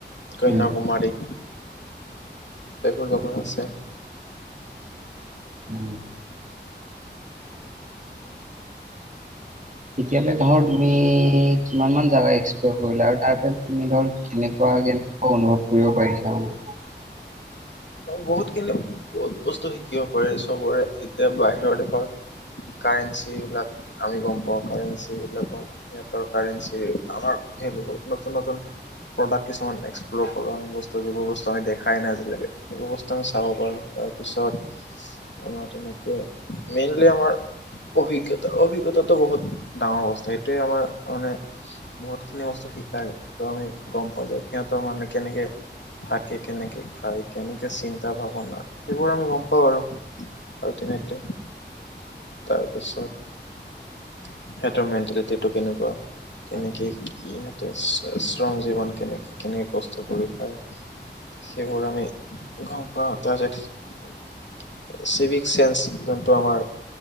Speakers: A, on the left (about 75°); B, on the right (about 45°).
A: কন্যাকুমাৰী।
B: উম।
A: এইবোৰ জগা আছে।
B: উম। এতিয়ালে ধৰ তুমি কিমান মান জেগা এক্সপ্ল'ৰ কৰিলা আৰু তাৰপৰা তুমি ধৰ কেনেকুৱা কে অনুভৱ কৰিব পাৰিছা মানে।
A: বহুতখিনিত বহুত বস্তু শিক কিয় কৰে চবৰে এতিয়া বাহিৰৰ দেশৰ কাৰেঞ্চি বিলাক আমি গম পাওঁ কাৰেঞ্চি বিলাকৰ। সিহঁতৰ কাৰঞ্চি, আমাৰ <unintelligible> নতুন নতুন প্ৰডাক্ট কিছুমান এক্সপ্লৰ কৰো আমি বস্তু যিবোৰ বস্তু আমি দেখাই নাই আজিলৈকে। সেই বস্তু আমি চাব পাৰো তাৰপিছত আমাৰ তেনেকে মেইনলি আমাৰ অভিজ্ঞতা অভিজ্ঞতাটো বহুত ডাঙৰ বস্তু। এইটোৱে আমাৰ মানে বহুতখিনি বস্তু শিকাই ত' আমি গম পোৱা যে সিহঁতৰ মানে কেনেকে থাকে কেনেকে খায় কেনেকে চিন্তা ভাৱনা সেইবোৰ আমি গম পাওঁ আৰু আল্টিমেটলি। তাৰপিছত সিহঁতৰ মেণ্টেলিটিটো কেনেকুৱা। কেনেকে
B: আচ্ছা
A: ইহঁতে শ্ৰম জীৱন কেনেকে কেনেকে কষ্ট কৰি খাই সেইবোৰ আমি গম পাওঁ। তাৰপিছত চিভিক চেন্ঞ্চ যোনটো আমাৰ